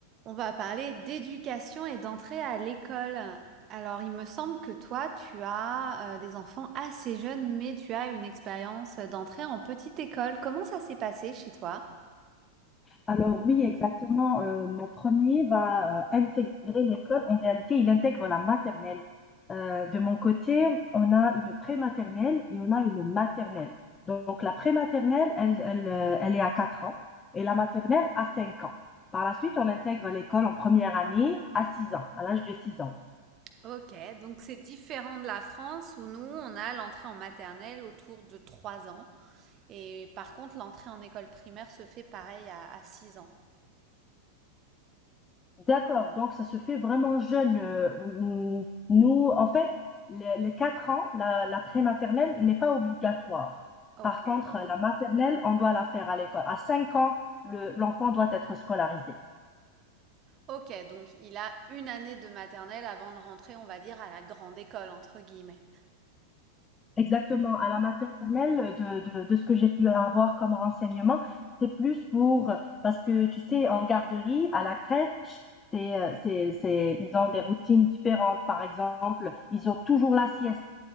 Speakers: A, on the right (about 35°); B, on the left (about 20°).
A: On va parler d'éducation et d'entrée à l'école. Alors, il me semble que toi, tu as euh, des enfants assez jeunes, mais tu as une expérience d'entrée en petite école. Comment ça s'est passé chez toi?
B: Alors oui, exactement. Euh, mon premier va euh, intégrer l'école. En réalité, il intègre la maternelle. Euh, de mon côté, on a une prématernelle et on a une maternelle. Donc la prématernelle, elle, elle, euh, elle est à 4 ans et la maternelle à 5 ans. Par la suite, on intègre l'école en première année à 6 ans, à l'âge de 6 ans.
A: Ok, donc c'est différent de la France où nous, on a l'entrée en maternelle autour de 3 ans. Et par contre, l'entrée en école primaire se fait pareil à, à 6 ans.
B: D'accord, donc ça se fait vraiment jeune. euh, mm, Nous, en fait, les, les 4 ans, la, la prématernelle n'est pas obligatoire.
A: Ok.
B: Par contre, la maternelle, on doit la faire à l'école. À 5 ans, le- l'enfant doit être scolarisé.
A: Ok, donc il a une année de maternelle avant de rentrer, on va dire, à la grande école, entre guillemets.
B: Exactement, à la maternelle, de, de, de ce que j'ai pu avoir comme renseignement, c'est plus pour, parce que tu sais, en garderie, à la crèche, c'est, euh, c'est, c'est, ils ont des routines différentes. Par exemple, ils ont toujours la sieste.